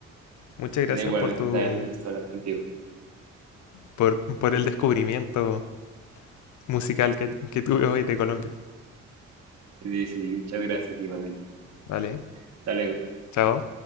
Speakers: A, on the left (about 70°); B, on the right (about 60°).
A: Muchas gracias
B: No, Igualmente
A: por tu,
B: también me gustó hablar contigo.
A: por, por el descubrimiento musical que, que tuve hoy de Colombia.
B: Sí, sí, muchas gracias, igualmente.
A: Vale,
B: Hasta luego.
A: chao.